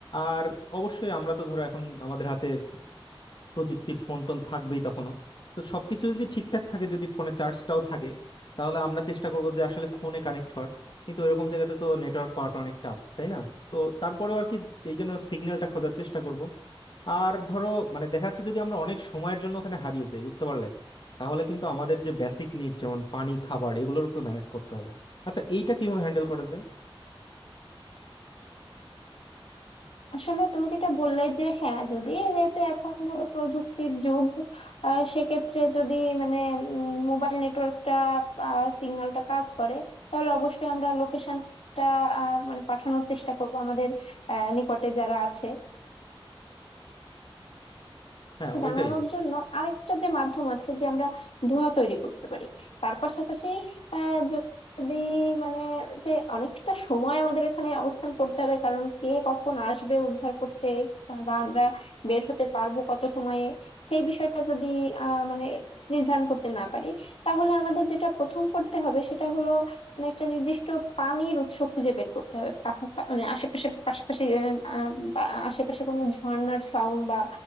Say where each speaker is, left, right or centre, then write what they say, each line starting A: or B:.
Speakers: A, on the left (about 55°); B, on the left (about 85°).
A: আর অবশ্যই আমরা তো ধরো এখন আমাদের হাতে প্রযুক্তির ফোন টোন থাকবেই তখনও তো সবকিছু যদি ঠিকঠাক থাকে যদি ফোনে চার্জটাও থাকে তাহলে আমরা চেষ্টা করবো যে আসলে ফোনে কানেক্ট হওয়ার কিন্তু এরকম জায়গাতে তো নেটওয়ার্ক পাওয়াটা অনেক টাফ তাই না তো তারপরেও আর কি এই জন্য সিগন্যালটা খোঁজার চেষ্টা করব আর ধরো মানে দেখা যাচ্ছে যদি আমরা অনেক সময়ের জন্য ওখানে হারিয়ে যাই বুঝতে পারলে তাহলে কিন্তু আমাদের যে বেসিক নিড যেমন পানি খাবার এগুলোর তো ম্যানেজ করতে হবে আচ্ছা এইটা কিভাবে হ্যান্ডেল করা যায়
B: আসলে তুমি যেটা বললে যে হ্যাঁ যদি যেহেতু এখন হলো প্রযুক্তির যুগ আহ, সেক্ষেত্রে যদি মানে মোবাইল নেটওয়ার্কটা সিগন্যালটা কাজ করে তাহলে অবশ্যই আমরা লোকেশনটা মানে পাঠানোর চেষ্টা করব আমাদের আহ, নিকটে যারা আছে
A: হ্যাঁ ওইটাই
B: জানানোর জন্য আরেকটা যে মাধ্যম আছে যে আমরা ধোঁয়া তৈরি করতে পারি তার পাশাপাশি আহ, য- যদি মানে যে অনেকটা সময় আমাদের এখানে অবস্থান করতে হবে কারণ কে কখন আসবে উদ্ধার করতে বা বা আমরা বের হতে পারবো কত সময়ে সেই বিষয়টা যদি আহ মানে নির্ধারণ করতে না পারি তাহলে আমাদের যেটা প্রথম করতে হবে সেটা হলো মানে একটা নির্দিষ্ট পানির উৎস খুঁজে বের করতে হবে পাশা- পা- মানে আশেপাশে পাশাপাশি আহ, আহ, বা আশেপাশে কোনো ঝর্ণার সাউন্ড বা